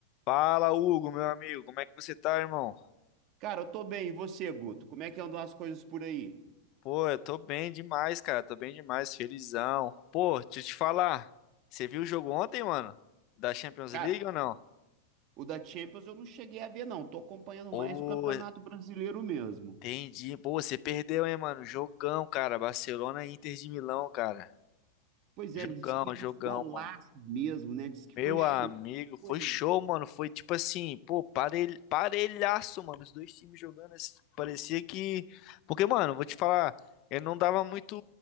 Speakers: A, on the left; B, on the right.
A: Fala, Hugo, meu amigo, como é que você tá, irmão?
B: Cara, eu tô bem. E você, Guto? Como é que andam as coisas por aí?
A: Pô, eu tô bem demais, cara, tô bem demais, felizão. Pô, deixa eu te falar, você viu o jogo ontem, mano? Da Champions
B: Cara,
A: League ou não?
B: o da Champions eu não cheguei a ver, não. Tô acompanhando
A: Ô,
B: mais o Campeonato Brasileiro mesmo.
A: entendi. Pô, você perdeu, hein, mano? Jogão, cara, Barcelona e Inter de Milão, cara.
B: Pois
A: Jogão,
B: é, diz que teve
A: jogão,
B: uns golaços
A: mano.
B: mesmo, né? Diz que
A: Meu
B: foi show.
A: amigo, foi
B: Foi.
A: show, mano. Foi tipo assim, pô, parelh... parelhaço, mano. Os dois times jogando assim, parecia que. Porque, mano, vou te falar, eu não dava muito,